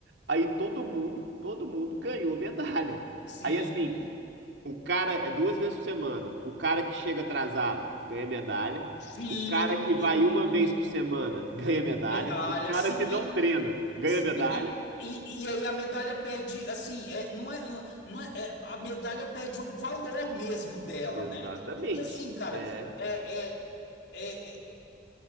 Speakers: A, on the right; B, on the left.
A: Aí todo mundo, todo mundo ganhou medalha.
B: Sim.
A: Aí assim, o cara é duas vezes por semana. O cara que chega atrasado ganha medalha.
B: Sim,
A: O cara que vai uma vez por semana ganha medalha.
B: medalha,
A: O cara
B: sim,
A: que não treina ganha
B: Sim,
A: medalha.
B: E, e, e aí a medalha perde, assim, é, não é, não é, é, a medalha perde o valor mesmo dela,
A: Exatamente.
B: né? E, e assim, cara,
A: É.
B: é, é, é, é,